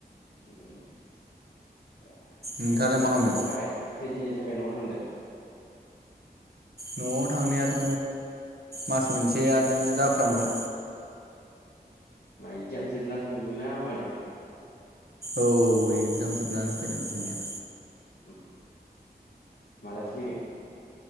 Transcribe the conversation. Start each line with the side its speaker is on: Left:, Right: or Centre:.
Left: ओमफ्राय
Right: नोंथाङालाय
Left: खैदिननि
Right: मा खालामदों
Left: थाखाय खैदिननि थाखाय न'आव थांदो?
Right: न'आव थांनायाथ' मास मोनसेआ नो जाफ्रामगोन।
Left: मा इकजाम जोबना थांदोंना मादों?
Right: औ एगजाम जोबनानै फैदों फैनाया।
Left: उम, मालाथो फैगोन?